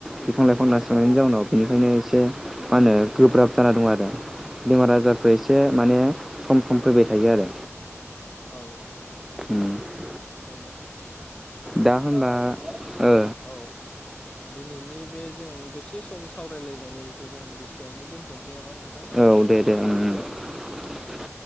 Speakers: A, in the centre; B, on the left.
A: बिफां लाइफां दानस्रांनायनि जाउनाव बेनिखायनो एसे मा होनो गोब्राब जाना दं आरो बेमार आजारफ्रा एसे माने सम-सम फैबाय थायो आरो
B: औ
A: उम।
B: औ औ
A: दा होनबा ओ
B: औ दिनैनि बे जों दसे सम सावरायलायनाय मेलखौ जों बिसियाववनो दोनथ'नोसै नामा नोंथां
A: औ दे दे ओं ओं
B: औ